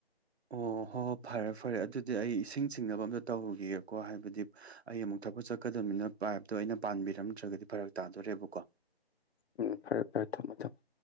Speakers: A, on the right; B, on the left.
A: ꯑꯣ ꯍꯣ ꯍꯣ ꯐꯔꯦ ꯐꯔꯦ ꯑꯗꯨꯗꯤ ꯑꯩ ꯏꯁꯤꯡ ꯆꯤꯡꯅꯕ ꯑꯝꯇ ꯇꯧꯔꯨꯒꯤꯒꯦꯀꯣ ꯍꯥꯏꯕꯗꯤ ꯑꯩ ꯑꯃꯨꯛ ꯊꯕꯛ ꯆꯠꯀꯗꯕꯅꯤꯅ ꯄꯥꯏꯞꯇꯣ ꯑꯩꯅ ꯄꯥꯟꯕꯤꯔꯝꯗ꯭ꯔꯥꯒꯗꯤ ꯐꯔꯛ ꯇꯥꯗꯣꯔꯦꯕꯀꯣ
B: ꯎꯝ ꯐꯔꯦ ꯐꯔꯦ ꯊꯝꯃꯣ ꯊꯝꯃꯣ